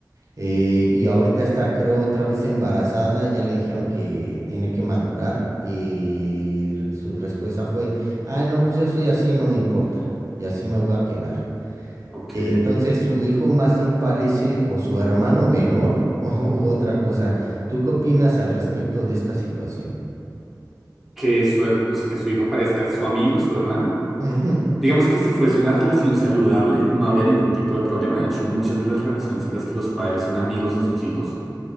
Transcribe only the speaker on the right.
Eh, y ahorita está, creo, otra vez embarazada, ya le dijeron que tiene que madurar y r- su respuesta fue, ay, no, pues yo soy así, no me importa, y así me voy a quedar.
Eh, entonces su hijo más bien parece o su hermano menor <laughs> o, u otra cosa. ¿Tú qué opinas al respecto de esta situación?
Ujú,